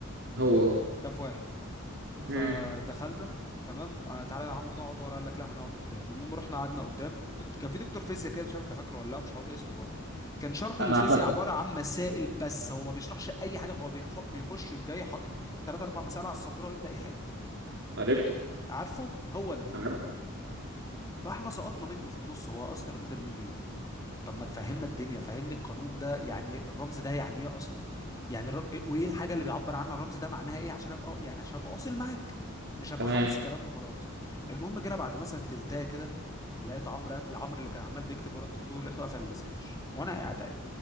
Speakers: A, on the right; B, on the left.
A: هو هو
B: كاف واحد فدخلنا
A: امم
B: تمام آه تعالى يا عمرو نقعد ورا قال لك لا هنقعد قدام المهم رحنا قعدنا قدام كان في دكتور فيزياء كده مش عارف انت فاكره ولا لا مش هقول اسمه برضه كان شرحه
A: انا
B: للفيزياء
A: فاكره
B: عباره عن مسائل بس هو ما بيشرحش اي حاجه هو بيح- بيخش يوم جاي حاطط ثلاث اربع مسائل على السبوره ويبدا يحل
A: عرفته
B: عارفه هو ده
A: عرفته
B: فاحنا سقطنا منه في النص هو اصلا الراجل ده بيقول ايه طب ما تفهمنا الدنيا فهمني القانون ده يعني الرمز ده يعني ايه اصلا يعني الرم... وايه الحاجه اللي بيعبر عنها الرمز ده معناها ايه عشان ابقى يعني عشان ابقى واصل معاك مش هبقى
A: تمام
B: حافظ كلام وخلاص المهم جينا بعد مثلا تلتايه كده لقيت عمرو العمرو اللي كان عمال بيكتب ورا الدكتور لقيته قفل السكتش وانا قاعد عادي